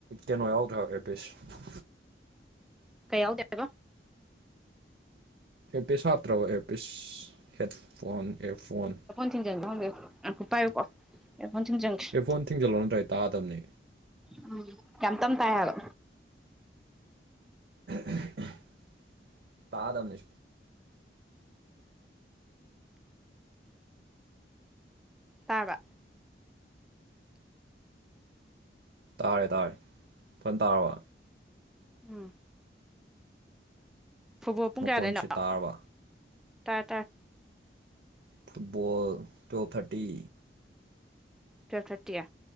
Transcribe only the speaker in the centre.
ꯀꯩ ꯌꯥꯎꯗꯦ ꯍꯥꯏꯕ
ꯊꯤꯡꯖꯤꯟꯒꯦ ꯈꯪꯗꯦ ꯑꯝꯈꯣ ꯄꯥꯏꯌꯨꯀꯣ ꯈꯣꯟ ꯊꯤꯟꯖꯤꯟꯁꯤꯦ
ꯎꯝ ꯌꯥꯝꯌꯥꯝꯇꯝ ꯇꯥꯏ ꯍꯥꯏꯕ
ꯇꯥꯕ
ꯎꯝ ꯐꯨꯕꯣ ꯄꯨꯡ
ꯀꯌꯥꯗꯩꯅꯣ
ꯇꯥꯥꯏ ꯇꯥꯥꯏ
ꯆꯊꯇꯌꯥ